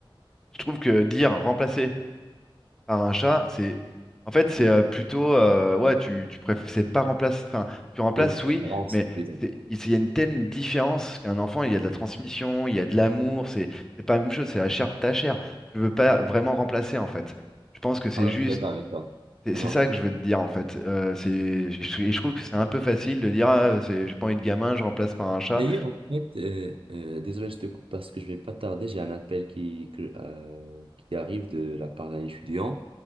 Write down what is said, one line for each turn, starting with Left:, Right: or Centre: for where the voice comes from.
Centre: Je trouve que dire remplacer par un chat, c'est en fait c'est euh, plutôt euh, ouais tu tu préf- c'est pas remplace enfin tu remplaces
Right: C'est une préférence,
Centre: oui mais
Right: plutôt.
Centre: c'est il c'est- il y a une telle différence parce qu'un enfant il y a de la transmission il y a de l'amour c'est c'est pas la même chose c'est la chair de ta chair tu veux pas vraiment remplacer en fait je pense que c'est
Right: Ah non,
Centre: juste
Right: je suis d'accord avec toi.
Centre: c'est c'est
Right: Non, non.
Centre: ça que je veux te dire en fait Euh, c'est je, et je trouve que c'est un peu facile de dire ah, c'est j'ai pas envie de gamin je remplace par un chat
Right: D'ailleurs, en fait, euh, euh, désolé, je te coupe parce que je vais pas tarder. J'ai un appel qui, que- euh, qui arrive de la part d'un étudiant,